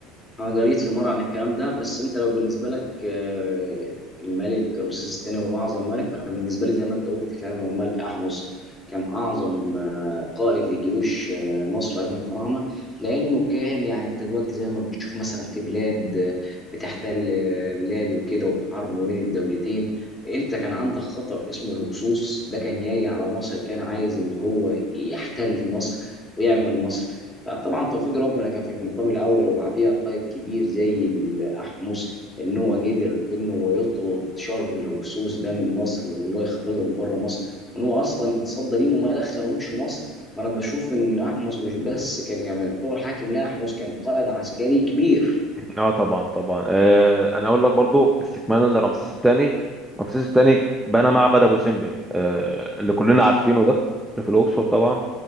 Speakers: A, on the left; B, in the centre.
A: قريت في مره عن الكلام ده بس انت لو بالنسبه لك آه، الملك رمسيس الثاني هو اعظم ملك فانا بالنسبه لي زي ما انت قلت فعلا هو الملك احمس كان اعظم آه، قائد لجيوش آه، مصر ايام الفراعنه لانه كان يعني انت دلوقتي زي ما بتشوف مثلا في بلاد آه، بتحتل آه، بلاد وكده وحرب ما بين الدولتين انت كان عندك خطر اسمه الهكسوس ده كان جاي على مصر كان عايز ان هو يحتل مصر ويعمل مصر لا طبعا توفيق ربنا كان في المقام الاول وبعديها قائد كبير زي الاحمس ان هو قدر ان هو يطرد شر الهكسوس ده من مصر وان هو يخرجه من بره مصر وان هو اصلا اتصدى ليهم وما دخلهمش مصر فانا بشوف ان احمس مش بس كان يعني يعتبر حاكم لا احمس كان قائد عسكري كبير
B: اه طبعا طبعا آه، أنا أقول لك برضو استكمالا لرمسيس الثاني رمسيس الثاني بنى معبد أبو سمبل آه، اللي كلنا عارفينه ده اللي في الأقصر طبعا